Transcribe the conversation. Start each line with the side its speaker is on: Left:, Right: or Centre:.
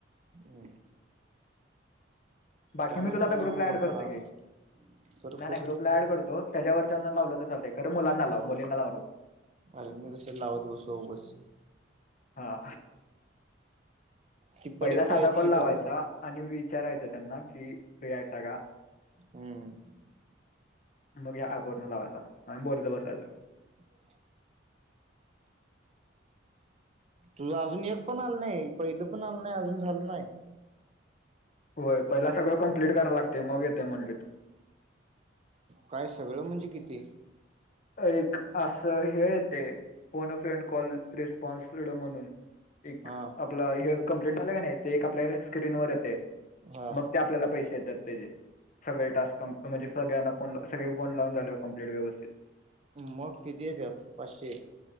Right: हम्म
Left: बाकी
Right: त्यानंतर
Left: मी तुला आता
Right: ना
Left: ग्रुपला
Right: मग हुडका
Left: ऍड करते
Right: लागणार
Left: की नाही
Right: कर कर
Left: नाही ग्रुप ला अँड करतो त्याच्यावरच्यांना लावलं तर चालते खर मुलांना लाव मुलींना लाव नको.
Right: अरे मी कशाला लावत बसू उगाच.
Left: हा
Right: ती पडीक
Left: पहिला साधा
Right: पाहिजेत
Left: कोण
Right: की
Left: लावायचा.
Right: खरं
Left: आणि विचारायचं त्यांना कि फ्री आहेसा का?
Right: हम्म
Left: मग ह्या अँप वरण लावायचा आणि बोलत बसायचं.
Right: <inaudible> तुझ अजून एक पण आलं नाही पहिलं पण आलं नाही अजून झालं नाही.
Left: होय पहिला सगळं कम्प्लीट कराय लागते मग येते म्हणले ते.
Right: काय सगळं म्हणजे किती?
Left: एक असं हे येते. फोन अ फ्रेंड कॉल रेस्पॉन्सड फ्रीडम म्हणून. एक
Right: हा
Left: आपलं हे कंप्लीट झालं का नाही. ते एक आपल्या स्क्रीनवर येते
Right: हा
Left: मग ते आपल्याला पैसे येतात त्याचे. सगळे टास्क कम म्हणजे सगळ्यांना फोन ला सगळे फोन लावून झाले कम्प्लीट व्यवस्थित.
Right: मग किती येत्यात? पाचशे.